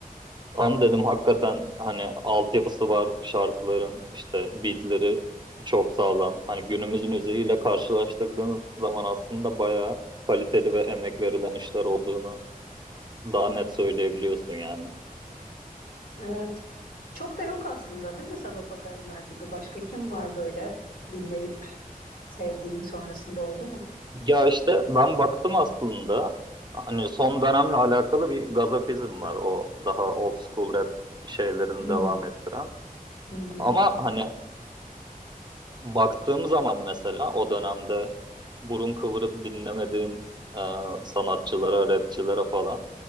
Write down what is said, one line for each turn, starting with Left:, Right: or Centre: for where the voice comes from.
Right: An dedim hakikaten hani altyapısı var şarkıların işte beatleri çok sağlam. Hani günümüz müziğiyle karşılaştırdığınız zaman aslında bayağı kaliteli ve emek verilen işler olduğunu daha net söyleyebiliyorsun yani.
Left: Evet. Çok da yok aslında değil mi Sagopa Kajmer gibi? Başka kim var böyle dinleyip sevdiğin sonrasında oldu mu?
Right: Ya işte ben baktım aslında hani son dönemle alakalı bir gazapizm var o daha old school rap şeylerini
Left: Hmm.
Right: devam ettiren.
Left: Hı hı.
Right: Ama hani Baktığım zaman mesela o dönemde burun kıvırıp dinlemediğim e, sanatçılara, rapçilere falan